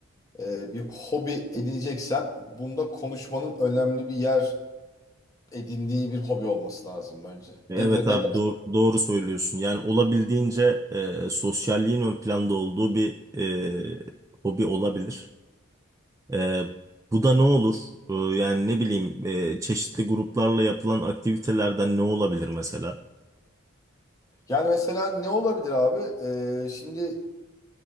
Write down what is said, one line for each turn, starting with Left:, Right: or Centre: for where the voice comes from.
Left: e, bir hobi edineceksen bunda konuşmanın önemli bir yer edindiği bir hobi olması lazım bence.
Right: Evet
Left: Ne diyor, ne
Right: abi
Left: der?
Right: doğru, doğru söylüyorsun. Yani olabildiğince e, sosyalliğin ön planda olduğu bir e, hobi olabilir. Ee, bu da ne olur? Ee, yani ne bileyim e, çeşitli gruplarla yapılan aktivitelerden ne olabilir mesela?
Left: Yani mesela ne olabilir abi? Ee, şimdi